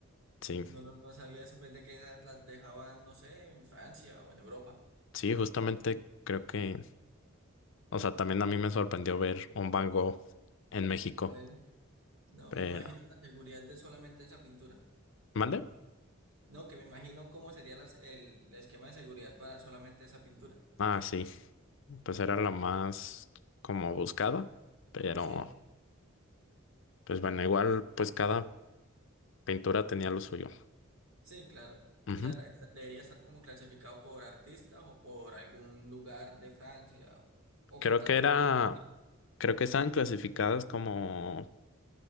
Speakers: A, on the left; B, on the right.
A: Sí,
B: No, lo- no, sabía eso, pensé que esas las dejaban, no sé, en Francia o en Europa.
A: sí, justamente creo que... O sea, también a mí me sorprendió ver un Van Gogh en México.
B: Ahí. No,
A: Pero...
B: me imagino la seguridad de solamente esa pintura.
A: ¿Mande?
B: No, que me imagino cómo sería las- el, el esquema de seguridad para solamente esa pintura.
A: Ah, sí. pues era la más como buscada, pero
B: Sí,
A: pues bueno, igual pues cada pintura tenía lo suyo.
B: sí, claro.
A: Ujú.
B: O sea, era- esta- debería estar como clasificado por artistas o por algún lugar de Francia o, o
A: Creo
B: contando
A: que era,
B: alguna historia.
A: creo que estaban clasificadas como,